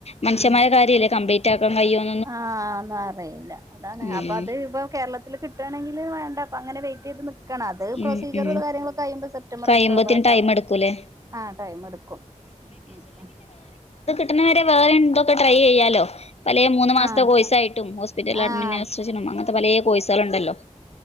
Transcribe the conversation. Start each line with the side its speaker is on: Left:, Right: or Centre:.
Left: മനുഷ്യമാരെ
Right: ഉം
Left: കാര്യല്ലേ. കമ്പ <unintelligible> കായോം
Right: ആഹ് ഒന്നും അറിയില്ല അതാണ്
Left: ഉം
Right: അപ്പോ അത് ഇപ്പോ കേരളത്തി <unintelligible> കിട്ടാണെങ്കിൽ വേണ്ട പ്പ അങ്ങനെ വെയിറ്റയ്ത് ന്ന് ക്കണം അത് പ്രൊസീജിയറുക
Left: ഉം ഉം
Right: കാര്യങ്ങളൊക്കെ അയുമ്പോ സെപ്റ്റംബർ
Left: കഴിയുമ്പോത്തിന്
Right: ഒക്ടോബറ ഒക്കെ
Left: ടൈം
Right: ആകും
Left: എടുക്കൂലേ
Right: ആഹ് ടൈം എടുക്കും ഉമ് ആഹ് താ
Left: കിട്ടുന്നവരെ വേറെ എന്തൊക്കെ ട്രൈ ചെയ്യാലോ പലേ മൂന്ന് മാസത്തെ
Right: ആഹ്
Left: കോഴ്സായിട്ടും ഹോസ്പിറ്റൽ
Right: ആഹ്
Left: അഡ്മിനിസ് അങ്ങനത്തെ പലേ കോഴ്സാൾണ്ടല്ലോ